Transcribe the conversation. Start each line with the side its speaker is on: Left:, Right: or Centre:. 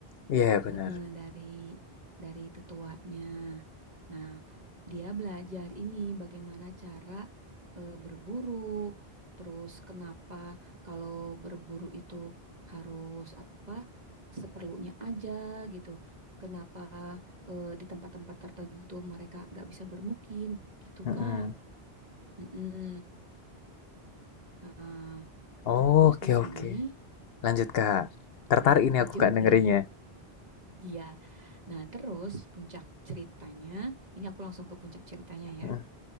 Left: Iya bener,
Right: Heeh, dari dari tetuanya. Nah, dia belajar ini bagaimana cara eh, berburu, terus kenapa kalau berburu itu harus apa seperlunya aja gitu. Kenapa eh, di tempat-tempat tertentu mereka nggak bisa bermukim gitu,
Left: mhm.
Right: Kak. Mm-mm. Nah,
Left: Oke
Right: terus di sini
Left: oke. Lanjut, Kak. Tertarik
Right: <laughs>
Left: ini
Right: lanjut
Left: aku, Kak, dengerinnya.
Right: nih. Iya. Nah, terus puncak ceritanya, ini aku langsung ke puncak ceritanya ya.
Left: Mhm,